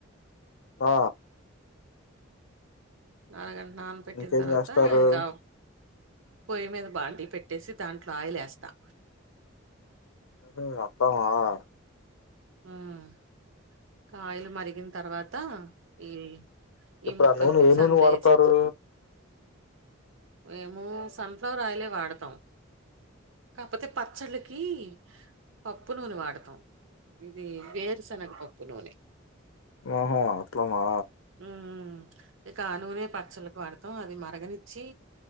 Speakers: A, on the left; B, on the right.
A: ఆ
B: అరగంట నాన పెట్టిన
A: ఇంకేం
B: తర్వాత
A: చేస్తారు
B: ఇంకా పొయ్యి మీద బాండీ పెట్టేసి దాంట్లో ఆయిల్ ఎస్తా
A: <unintelligible>
B: హ్మ్ కాయలు మరిగిన తర్వాత ఈ ఈ
A: ఇప్పుడు
B: ముక్కలు
A: ఆ నూనె
B: తీసి
A: ఏ నూనె
B: అందులో
A: వాడతారు
B: ఏసెస్తా మేము సన్ ఫ్లవర్ ఆయిలే వాడతాం కాకపోతే పచ్చళ్ళకి పప్పు నూనె వాడతాం ఇది వేరుశెనగ పప్పు నూనె
A: ఆహా అట్లానా
B: హ్మ్. ఇక ఆ నూనే పచ్చళ్ళకి వాడతాం అది మరగనిచ్చి